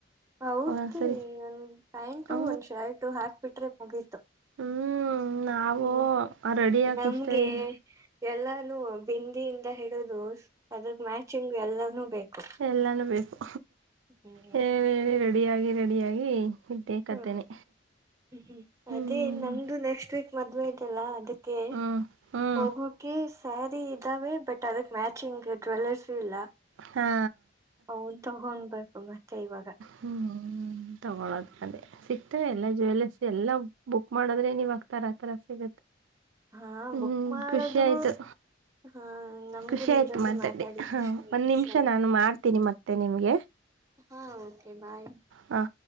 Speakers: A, on the right; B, on the right.
A: <unintelligible>
B: ಒಂದೊಂದ್ಸರಿ
A: ಒಂದ್ ಪ್ಯಾಂಟು
B: ಹ
A: ಒಂದ್ ಶರ್ಟು ಹಾಕ್ಬಿಟ್ರೆ ಮುಗೀತು.
B: ಹ್ಮ್ ನಾವು
A: ಹ್ಮ್
B: ರೆಡಿ <unintelligible>
A: ನಮ್ಗೆ
B: ಇಷ್ಟ ಇಲ್
A: ಎಲ್ಲಾನು ಬಿಂದಿಯಿಂದ ಹಿಡುದು ಅದ್ರ ಮ್ಯಾಚಿಂಗ್ ಎಲ್ಲಾನೂ ಬೇಕು.
B: ಎಲ್ಲಾನೂ ಬೇಕು
A: ಹ್ಮ್
B: ಹೇಳಿ ಹೇಳಿ ರೆಡಿಯಾಗಿ ರೆಡಿಯಾಗಿ ಇದ್ದೇ ಕತ್ತೇನೆ
A: ಹಾ ಹ್ಮ
B: ಹ್ಮ್
A: ಅದೇ ನಮ್ದು ನೆಕ್ಸ್ಟ್ ವೀಕ್ ಮದ್ವೆ ಇದೆಲ್ಲ ಅದಕ್ಕೆ
B: ಹ್ಮ್ ಹ್ಮ್
A: ಹೋಗೋಕೆ ಸ್ಯಾರಿ ಇದ್ದಾವೆ ಬಟ್ ಅದಕ್ ಮ್ಯಾಚಿಂಗ್ ಜುವೆಲ್ಲರ್ಸ್ ಇಲ್ಲ.
B: ಹಾ
A: ಅವುನ್ ತಗೊಡ್ಬೇಕು ಮತ್ತೆ ಇವಾಗ.
B: ಹ್ಮ್ ತಗೊಳೋದ್ ಅದೇ. ಸಿಗ್ತವೆ ಎಲ್ಲಾ ಜುವೆಲರ್ಸ್ ಎಲ್ಲ ಬುಕ್ ಮಾಡದ್ರೆ ನೀವಾಗ್ಗ್ತರ ಆತರ ಸಿಗುತ್ತೆ.
A: ಹಾ
B: ಹ್ಮ್
A: ಬುಕ್ ಮಾಡೋದು
B: ಖುಷಿ ಆಯ್ತು.
A: ಹಾ ನಮ್ಗೂ
B: ಖುಷಿ
A: ನಿಮ್
B: ಆಯ್ತು
A: ಜೊತೆ
B: ಮಾತಾಡಿ ಹಾ
A: ಖುಷಿ ಆಯ್ತು
B: ಒಂದ್
A: ಖುಷಿ
B: ನಿಮಿಷ
A: ಆಯ್ತು
B: ನಾನು ಮಾಡ್ತಿನಿ ಮತ್ತೆ ನಿಮ್ಗೆ.
A: ಹಾ ಓಕೆ ಬಾಯ್.
B: ಹಾ